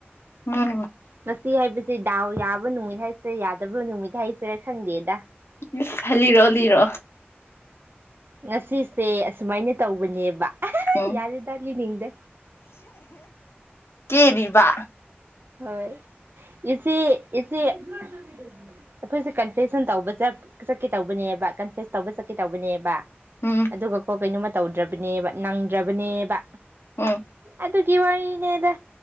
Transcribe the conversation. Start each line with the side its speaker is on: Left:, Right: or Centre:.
Left: ꯎꯝ
Right: ꯉꯁꯤ ꯍꯥꯏꯕꯁꯤ ꯗꯥꯎ ꯌꯥꯕ ꯅꯨꯃꯤꯠ ꯍꯥꯏꯁꯤ ꯌꯥꯗꯕ ꯅꯨꯃꯤꯠ ꯍꯥꯏꯁꯤꯔꯥ ꯈꯪꯗꯦꯗ
Left: ꯏꯁ ꯍ ꯂꯤꯔꯛꯑꯣ ꯂꯤꯔꯛꯑꯣ
Right: ꯉꯁꯤꯁꯦ ꯑꯁꯨꯃꯥꯏꯅ ꯇꯧꯕꯅꯦꯕ ꯑꯥꯍꯥꯍꯥ
Left: ꯎꯝ
Right: ꯌꯥꯔꯦꯗ ꯂꯤꯅꯤꯡꯗꯦ
Left: ꯀꯦꯔꯤꯕ
Right: ꯍꯣꯏ ꯏꯆꯦ ꯏꯆꯦ ꯑꯩꯈꯣꯏꯁꯦ ꯀꯟꯐꯦꯁꯁꯟ ꯇꯧꯕ ꯆꯠ ꯆꯠꯀꯦ ꯇꯧꯕꯅꯦꯕ ꯀꯟꯐꯦꯁ ꯇꯧꯕ ꯆꯠꯀꯦ ꯇꯧꯕꯅꯦꯕ
Left: ꯎꯝ
Right: ꯑꯗꯨꯒ ꯀꯣ ꯀꯩꯅꯣꯝꯃ ꯇꯧꯗ꯭ꯔꯕꯅꯦꯕ ꯅꯪꯗ꯭ꯔꯕꯅꯦꯕ
Left: ꯎꯝ
Right: ꯑꯗꯨꯒꯤ ꯋꯔꯤꯅꯦꯗ